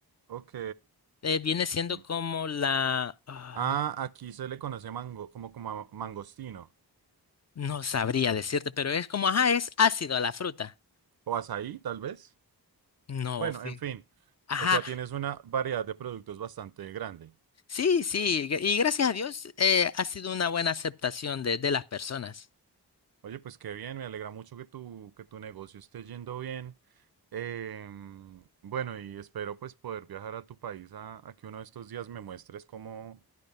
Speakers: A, on the right; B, on the left.
A: ok.
B: eh, viene siendo
A: Mm.
B: como la... ah,
A: Ah,
B: no,
A: aquí se le conoce mango, como, como a- mangostino.
B: no sabría decirte, pero es como, ajá, es ácido a la fruta.
A: O azaí, tal vez.
B: No,
A: Bueno,
B: sí.
A: en fin.
B: Ajá,
A: O sea, tienes una variedad de productos bastante grande.
B: sí, sí, gra- y gracias a Dios eh, ha sido una buena aceptación de, de las personas.
A: Oye, pues qué bien, me alegra mucho que tu, que tu negocio esté yendo bien. Em, bueno, y espero pues poder viajar a tu país a, a que uno de estos días me muestres cómo,